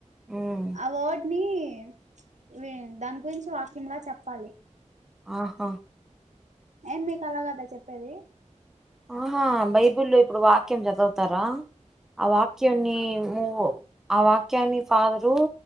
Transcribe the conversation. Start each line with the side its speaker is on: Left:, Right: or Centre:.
Centre: ఉమ్
Right: ఆ వర్డ్ ని ప్చ్ వీ దన్ గురించి వాక్యంల చెప్పాలి
Centre: ఆహా
Right: ఏం మీక్ అలగాద చెప్పేది
Centre: ఆహా బైబుల్ల్లో ఇప్పుడు వాక్యం చదువుతరా ఆ వాక్యన్ని నువ్వు ఆ వాక్యాన్ని ఫాదర్ రు